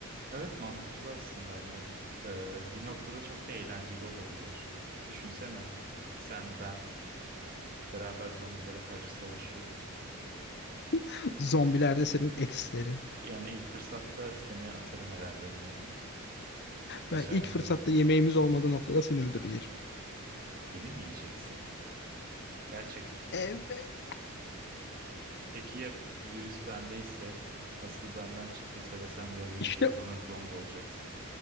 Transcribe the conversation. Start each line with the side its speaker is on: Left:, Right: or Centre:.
Right: Evet mantıklı aslında hani e, bir noktada çok da eğlenceli olabilir. Düşünsene sen ben beraber zombilere karşı savaşıyoruz.
Left: <laughs> Zombiler de senin eksilerin.
Right: Yani ilk fırsatta seni atarım herhalde önlerine. Kaçar
Left: Ben ilk
Right: giderim.
Left: fırsatta yemeğimiz olmadığı noktada seni öldürür yerim.
Right: Beni mi yiyeceksin? Gerçekten mi?
Left: Evet.
Right: Peki ya virüs bendeyse, asıl benden çıktıysa ve sen de o virüse
Left: İşte
Right: yakalanıp zombi olacaksın?